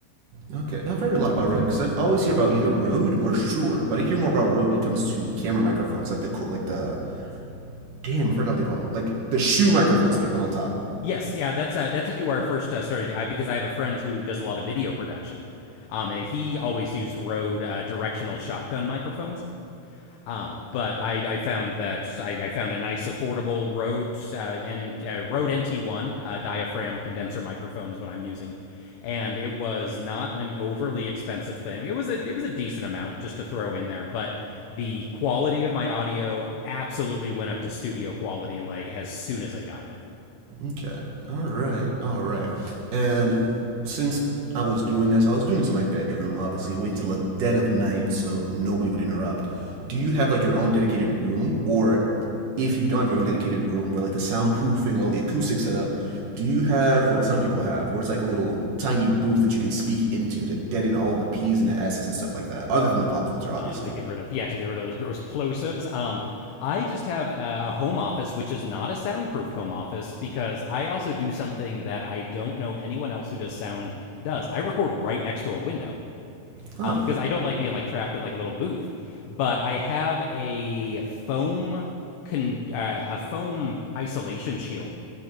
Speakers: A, on the right (about 80°); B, on the left (about 90°).
A: Okay, I've heard a lot about Rode because I always hear about either Rode or Shure, but I hear more about Rode when it comes to camera microphones, like the like the damn I forgot what they call them, like the shoe microphones that they put on top.
B: Yes, yeah, that's uh, that's actually where I first uh, started uh, because I have a friend who does a lot of video production, um, and he always used Rode uh, directional shotgun microphones, um, but I, I found that I, I found a nice, affordable Rode uh, and uh, Rode NT1 uh, diaphragm condenser microphone is what I'm using, and it was not an overly expensive thing. It was a it was a decent amount just to throw in there, but the quality of my audio absolutely went up to studio quality like as soon as I got it.
A: Okay. All right. All right. And since I was doing this, I was doing this in my bedroom, obviously, waiting till the dead of night so nobody would interrupt. Do you have like your own dedicated room, or if you don't have your own dedicated room, where like the soundproofing, all the acoustic setup, do you have what some people have, where it's like a little tiny booth that you can speak into to deaden all the p's and the s's and stuff like that, other than the pop filter, obviously?
B: uh, to get rid of yeah to get rid of those gross plosives um i just have a home office which is not a soundproofed home office because i also do something that i don't know anyone else who does sound does i record right next to a window
A: Huh.
B: um because i don't like being like trapped in like a little booth but i have a foam con- uh, a foam isolation shield